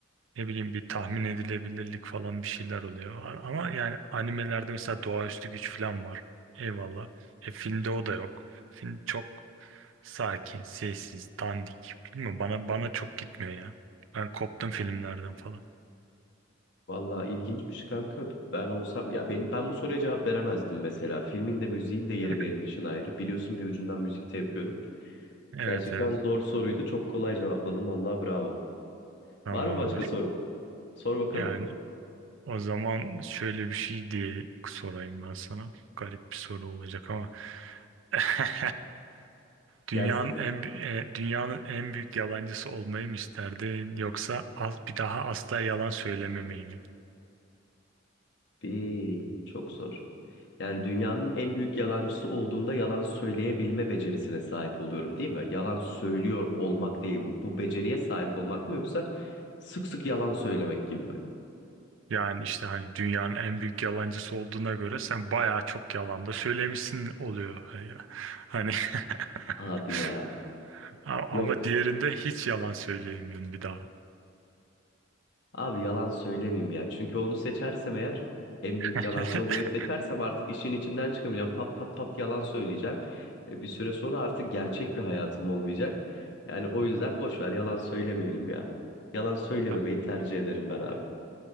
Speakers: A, on the right (about 70°); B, on the left (about 55°).
A: ne bileyim bir tahmin edilebilirlik falan bir şeyler oluyor. A- Ama yani animelerde mesela doğaüstü güç falan var. Eyvallah. E filmde o da yok. Film çok sakin, sessiz, dandik. Bilmiyorum bana bana çok gitmiyor ya. Ben koptum filmlerden falan.
B: Vallahi ilginçmiş kanka. Ben olsam ya benim ben bu soruya cevap veremezdim mesela. Filmin de müziğin de yeri
A: Heh.
B: benim için ayrı. Biliyorsun bir ucundan müzik de yapıyorum.
A: <laughs> Evet
B: Gerçekten
A: evet
B: zor soruydu. Çok kolay cevapladım. Vallahi bravo.
A: tamamdır.
B: Var mı başka soru? Sor bakalım.
A: Yani o zaman şöyle bir şey diye sorayım ben sana. Garip bir soru olacak ama <laughs> Dünyanın
B: Gelsin.
A: en e, dünyanın en büyük yalancısı olmayı mı isterdin yoksa az bir daha asla yalan söylememeyi mi?
B: Bir, çok zor. Yani dünyanın en büyük yalancısı olduğumda yalan söyleyebilme becerisine sahip oluyorum, değil mi? Yalan söylüyor olmak değil bu. Bu beceriye sahip olmak mı yoksa sık sık yalan söylemek gibi mi?
A: Yani işte hani dünyanın en büyük yalancısı olduğuna göre sen bayağı çok yalan da söylemişsin oluyor ya. Hani <laughs>
B: Abi ya.
A: A- ama
B: Yok
A: diğerinde hiç yalan söyleyemiyorsun bir daha.
B: Abi yalan söylemeyeyim ya. Çünkü onu seçersem eğer en büyük
A: <laughs>
B: yalancı olmayı seçersem artık işin içinden çıkamayacağım. Pat pat pat yalan söyleyeceğim. E, bir süre sonra artık gerçek bir hayatım olmayacak. Yani o yüzden boş ver yalan söylemeyelim ya. Yalan söylememeyi
A: Ha,
B: tercih ederim ben abi.